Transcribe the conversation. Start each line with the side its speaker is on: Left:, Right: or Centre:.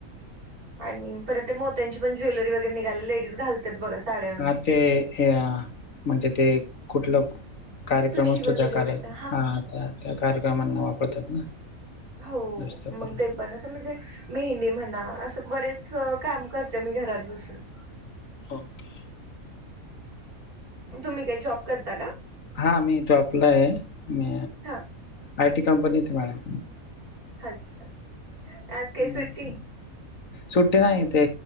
Right: आणि परत ते मोत्यांची पण ज्वेलरी वगैरे निघाले लेडीज घाल त्यात बघा साड्या
Left: आ ते हे अ म्हणजे ते कुठलं कार्यक्रम
Right: ठुशी
Left: असतो
Right: वगैरे
Left: त्या कार्य
Right: असते
Left: हा त्या त्या कार्यक्रमांना वापरतात ना.
Right: हो
Left: जास्त
Right: मग
Left: करून
Right: ते पण असं म्हणजे मेहंदी म्हणा असं बरेच काम करते मी घरात बसून.
Left: ओके
Right: तुम्ही काही जॉब करता का?
Left: हा मी जॉबला आहे, मी
Right: हा
Left: आय टी कंपनीत मॅडम.
Right: अच्छा. आज काही
Left: हम्म.
Right: सुट्टी
Left: सुट्टी नाही ते